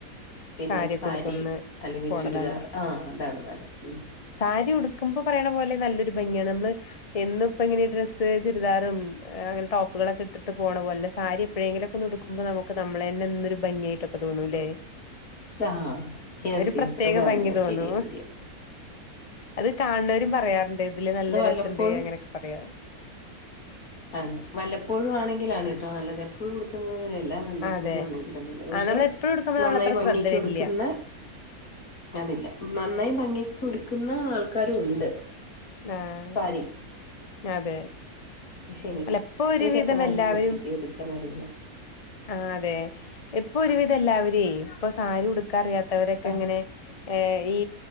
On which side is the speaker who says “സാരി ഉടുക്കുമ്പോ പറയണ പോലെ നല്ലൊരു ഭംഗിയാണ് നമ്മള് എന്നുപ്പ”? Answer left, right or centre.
Left